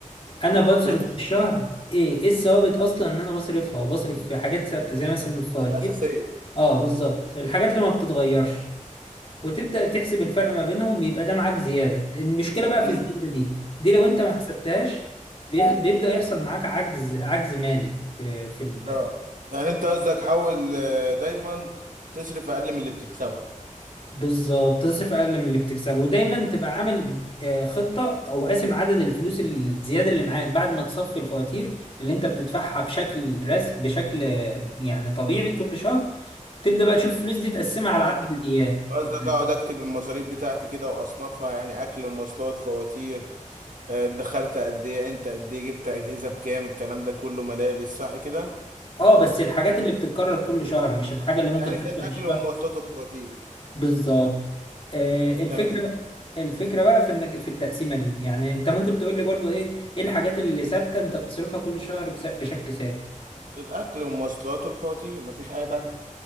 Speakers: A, on the left (about 45°); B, on the right (about 80°).
A: انا بصرف
B: ماشي
A: في الشهر ايه ايه الثوابت اصلا ان انا بصرفها وبصرف في حاجات ثابته زي مثلا الفواتير
B: دي الأساسية
A: اه بالظبط الحاجات اللي ما بتتغيرش وتبدا تحسب الفرق ما بينهم بيبقى ده معاك زياده المشكله بقى
B: امم
A: في الزياده دي دي لو انت ما حسبتهاش بي- بيبدا يحصل معاك عجز عجز مالي في في ال-
B: اه يعني انت قصدك حاول آه، دايما تصرف اقل من اللي بتكسبه
A: بالظبط تصرف اقل من اللي بتكسبه ودايما تبقى عامل آه، خطه او قاسم عدد الفلوس ال- الزياده اللي معاك بعد ما تصفي الفواتير اللي انت بتدفعها بشكل رس بشكل آه، يعني طبيعي كل شهر تبدا بقى تشوف الفلوس دي تقسمها على
B: يعني
A: عدد الايام
B: قصدك
A: يعني
B: اقعد اكتب المصاريف بتاعتي كده واصنفها يعني اكل مواصلات فواتير آه، دخلت قد ايه انت قد ايه جبت اجهزه بكام الكلام ده كله ملابس صح كده
A: اه بس الحاجات اللي بتتكرر كل شهر مش الحاجه اللي ممكن
B: يعني
A: تحصل
B: زي الاكل
A: الشهر
B: والمواصلات والفواتير
A: بالظبط آه، الفكره
B: تمام
A: بقى الفكره بقى في انك في التقسيمه دي يعني انت ممكن تقول لي برضو ايه ايه الحاجات اللي ثابته انت بتصرفها كل شهر بس- بشكل ثابت
B: الاكل والمواصلات والفواتير مفيش حاجه تانية